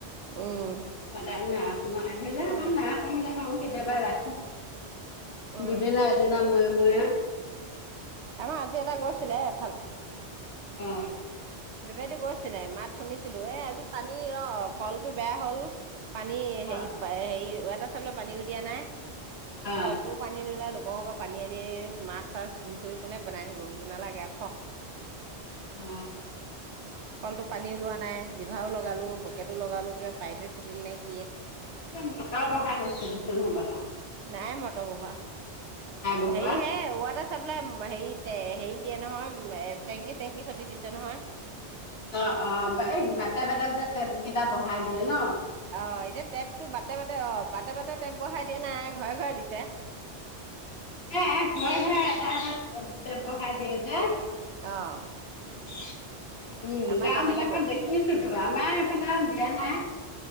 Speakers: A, on the right; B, on the left.
A: উম,
B: সদাই ন আহিলে
A: হয় দে।
B: নাই কম দে খাওঁ কেতিয়াবা ৰা
A: উম,
B: দুদিনা এদিনা ময়ে ময়ে
A: আমাৰ আজি এটা গৈ আছিলে ভাল
B: অ
A: বেপাৰীতো গৈছিলে মাত শুনিছিলো এ আজি পানী ৰ কলটো বেয়া হল পানী হেৰি
B: অ
A: হেৰি দ চাবলৈ পানীও দিয়া নাই
B: অ
A: কলটো টো পানী নল লোক পৰৰ পানী আনি মাছ তাছ ধুই কোনে বনাই থাকিবো বোলো নালাগে ঠ
B: অ
A: কলটো পানী ওলোৱা নাই জিভাও লগালো বকেটো লগালোঁ কিবা পাইপে খুলিল নেকি
B: মটৰ বোহাই লৈছিল হৱলা
A: নাই মটৰ বহোৱা
B: বহোৱা
A: হেৰি হে য়াটাৰ বোলে হেৰি হেৰি দিয়ে নহয় টেংকি চেংকি হতি দিছে নহয়।
B: অ অ এই বাটা বাটা যে টেপকিটা বঢ়াই দিয়ে ন।
A: অ এতিয়া টেপটো বাটে বাটে অ। বাটে বাটে টেপ বঢ়াই দিয়া নাই ঘৰে ঘৰে দিছে।
B: এ এ ঘৰে ঘৰে এটা এটা টেপ বঢ়াই দিয়ে যে।
A: অ
B: ছ <unintelligible> উম
A: আমাৰ
B: গাওঁ
A: তেনেকে
B: বিলাকত
A: ব
B: দেখিছোতো আমাৰ এইফালে দিয়া নাই।